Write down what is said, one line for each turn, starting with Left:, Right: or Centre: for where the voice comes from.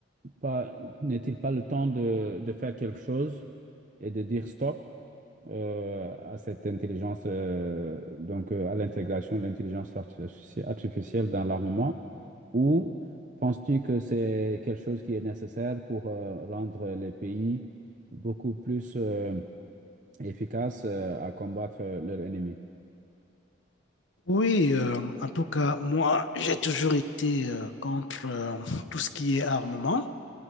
Right: pas, n'est-il pas le temps de, de faire quelque chose et de dire stop? euh, à cette intelligence, euh, donc euh, à l'intégration de l'intelligence artifici- artificielle dans l'armement, ou penses-tu que c'est quelque chose qui est nécessaire pour euh, rendre les pays beaucoup plus euh, efficaces euh, à combattre euh, leur ennemi?
Left: Oui, euh, en tout cas, moi, j'ai toujours été euh, contre euh, tout ce qui est armement,